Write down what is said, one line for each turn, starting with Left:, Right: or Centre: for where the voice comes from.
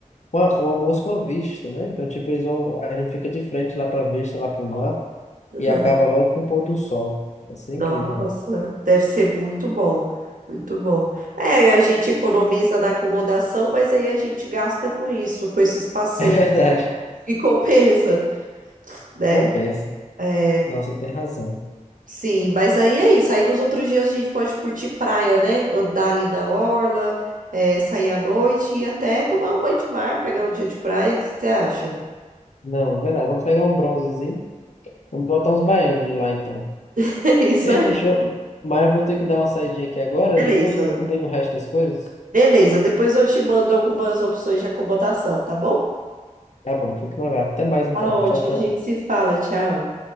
Left: com a- um almoço com a vista, né? Então, tipo, eles vão, a gente fica de frente lá pra vista, lá pro mar,
Right: Uhum.
Left: e acaba logo com o pôr do sol. Vai ser
Right: Nossa,
Left: incrível. <laughs>
Right: deve ser muito bom. Muito bom. É, aí a gente economiza na acomodação, mas aí a gente gasta com isso, com esses passeios.
Left: É verdade.
Right: <laughs> E compensa, né?
Left: Compensa.
Right: É,
Left: Não, você tem razão.
Right: Sim, mas aí é isso. Aí nos outros dias a gente pode curtir praia, né? Andar ali na orla, é, sair à noite e até tomar um banho de mar, pegar um dia de praia. O que você acha?
Left: Não, é verdade. Vamos pegar um bronzezinho. Vamos botar uns baianos de lá, então.
Right: <laughs> Isso
Left: Ei, fechou. Mas eu vou ter que dar uma saidinha aqui agora.
Right: Beleza,
Left: Depois a gente combina o resto das coisas.
Right: beleza. Depois eu te mando algumas opções de acomodação, tá bom?
Left: Tá bom, fica no lugar. Até mais então.
Right: Tá ótimo,
Left: Tchau, tchau.
Right: a gente se fala, tchau.